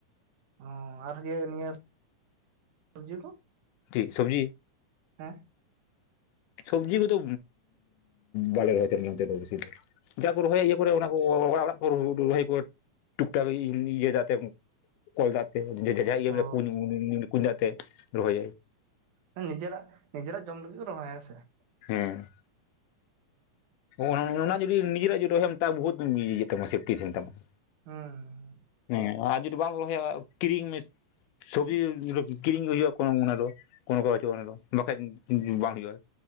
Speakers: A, on the right; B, on the left.
A: ᱚ ᱟᱨ ᱱᱤᱭᱟᱹ ᱥᱚᱵᱡᱤ ᱠᱚ᱾
B: ᱴᱤᱠ ᱥᱚᱵᱽᱡᱤ
A: ᱦᱮ
B: ᱥᱚᱵᱽᱡᱤ ᱠᱚᱫᱚ ᱵᱟᱞᱮ ᱨᱚᱦᱚᱭ ᱛᱟᱦᱮᱱ ᱜᱮᱭᱟ ᱱᱚᱛᱮ ᱫᱚ ᱵᱤᱥᱤ ᱫᱚ ᱡᱟ ᱠᱚ ᱨᱚᱦᱚᱭ ᱤᱭᱟᱹ ᱠᱚᱨᱮ ᱚᱱᱟ ᱚᱲᱟᱜ ᱚᱲᱟᱜ ᱠᱚ ᱨᱚᱦᱟᱭᱟ ᱠᱚ ᱴᱩᱠᱴᱟᱠ ᱤᱭᱟᱹ ᱫᱟᱜ ᱛᱮ ᱠᱚᱞ ᱫᱟᱜ ᱤᱭᱟᱹ
A: ᱚ ᱚ
B: ᱠᱩᱧ ᱠᱩᱧ ᱫᱟᱜ ᱛᱮ ᱨᱚᱦᱚᱭᱼᱟ ᱾
A: ᱚ ᱱᱤᱡᱮᱨᱟᱜ ᱱᱤᱡᱮᱨᱟᱜ ᱡᱚᱢ ᱞᱟᱹᱜᱤᱫ ᱠᱚ ᱨᱚᱦᱚᱭᱟ ᱦᱮᱸ ᱥᱮ ᱾
B: ᱦᱮᱸ ᱾ ᱚᱱᱟ ᱡᱩᱫᱤ ᱱᱤᱡᱮᱨᱟᱜ ᱡᱩ ᱨᱚᱦᱚᱭ ᱢᱮ ᱛᱟ ᱵᱩᱦᱩᱛ ᱤᱭᱟᱹ ᱛᱟᱢᱟ ᱥᱮᱯᱴᱤ ᱛᱟᱦᱮᱱ ᱛᱟᱢᱟ ᱾
A: ᱦᱩᱸ ᱾
B: ᱦᱮᱸ ᱟᱨ ᱡᱩᱫᱤ ᱵᱟᱢ ᱨᱚᱦᱚᱭᱟ ᱠᱤᱨᱤᱧ ᱢᱮ, ᱥᱚᱵᱽᱡᱤ ᱠᱤᱨᱤᱧ ᱜᱮ ᱦᱩᱭᱩᱜᱼᱟ ᱠᱚᱱᱚ ᱚᱱᱟ ᱫᱚ ᱠᱚᱱᱳ ᱠᱚᱨᱟᱨ ᱵᱟᱪᱩᱜᱼᱟ ᱚᱱᱟ ᱫᱚ ᱵᱟᱠᱷᱟᱡ ᱵᱟᱝ ᱦᱩᱭᱩᱜᱼᱟ ᱾